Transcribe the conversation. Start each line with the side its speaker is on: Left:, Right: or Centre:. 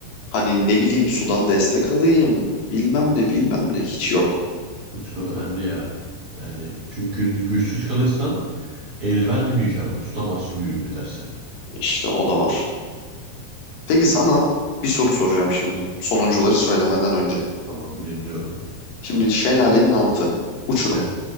Left: Hani ne bileyim sudan destek alayım, bilmem ne bilmem ne hiç yok.
Right: Yoksa önemli ya. Yani çünkü güçsüz kalırsan eldiven de bir iş yaramaz. Tutamazsın gücün biterse.
Left: İşte o da var. Peki sana bir soru soracağım şimdi. Sonuncuları söylemeden önce.
Right: Tamam dinliyorum.
Left: Şimdi şelalenin altı. Uçurum.
Right: Şey,